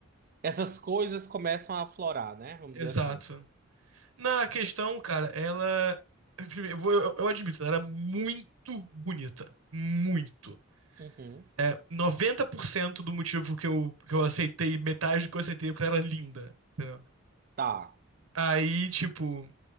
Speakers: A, on the right; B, on the right.
A: essas coisas começam a aflorar, né? Vamos
B: exato.
A: dizer assim.
B: Na questão, cara, ela. primeiro, eu, vou- eu- eu admito, ela era muito bonita. Muito.
A: Uhum.
B: É, 90% do motivo que eu, que eu aceitei, metade do que eu aceitei, é porque ela era linda. Entendeu?
A: Tá.
B: Aí, tipo,